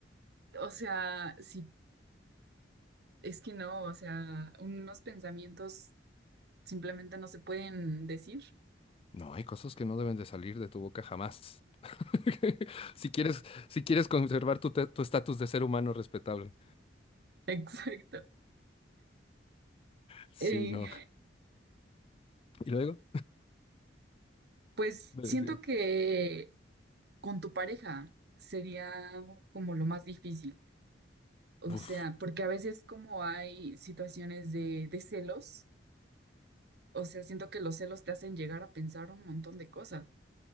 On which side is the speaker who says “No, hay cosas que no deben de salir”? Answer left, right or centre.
Left